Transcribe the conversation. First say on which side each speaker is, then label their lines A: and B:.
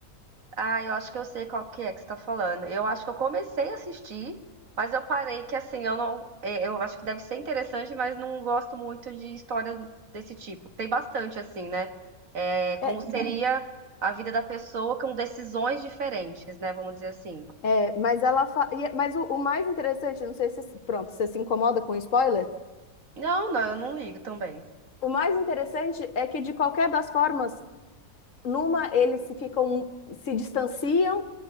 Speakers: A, on the right (about 60°); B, on the left (about 60°).
A: Ah, eu acho que eu sei qual que é que você tá falando. Eu acho que eu comecei a assistir, mas eu parei que assim, eu não, é, eu acho que deve ser interessante, mas não gosto muito de histórias desse tipo. Tem bastante assim, né? É, como
B: É,
A: Uhum. seria a vida da pessoa com decisões diferentes, né? Vamos dizer assim.
B: é, mas ela fa... e é- mas o, o mais interessante, não sei se pronto, você se incomoda com spoiler?
A: Não, não, eu não ligo também.
B: O mais interessante é que de qualquer das formas Numa, eles se ficam, se distanciam